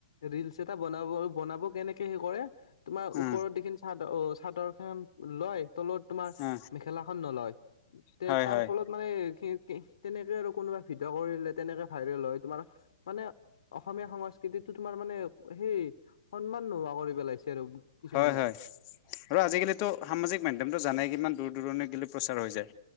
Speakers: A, on the left; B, on the left.
A: ৰিলচ এটা বনাব- বনাব কেনেকে হেই কৰে তোমাৰ ওপৰত
B: অ
A: যিখিনি চাদৰ অ চাদৰ খন লয় তলত তোমাৰ
B: অ
A: মেখেলাখন নলয় তে
B: হয়
A: তাৰ
B: হয়
A: ফলত মানে তেনেকে আৰু কোনোবা ভিডিঅ' কৰিলে তেনেকে ভাইৰেল হয় তোমাৰ মানে অসমীয়া সংস্কৃতিতো তোমাৰ মানে সেই সন্মান নোহোৱা কৰি পেলাইছে আৰু কিছুমানে।
B: হয় হয় আৰু আজিকালিতো সামাজিক মাধ্যমটো জানাই কিমান দূৰ দূৰণি গিলি প্ৰচাৰ হৈ যায়